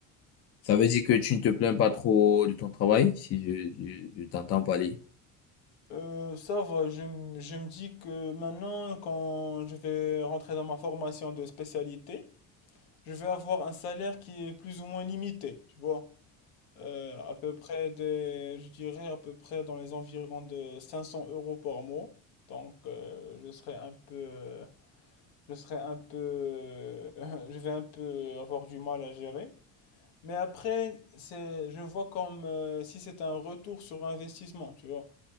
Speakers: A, on the left; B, on the left.
A: Ça veut dire que tu ne te plains pas trop de ton travail, si je, je, je t'entends parler.
B: Euh, ça va, je, m- je me dis que maintenant, quand je vais rentrer dans ma formation de spécialité, je vais avoir un salaire qui est plus ou moins limité, tu vois. Euh, à peu près des, je dirais à peu près dans les environs de 500 euros par mois. Donc, euh, je serai un peu, je serai un peu, <laughs> je vais un peu avoir du mal à gérer. Mais après, c'est, je vois comme euh, si c'est un retour sur investissement, tu vois.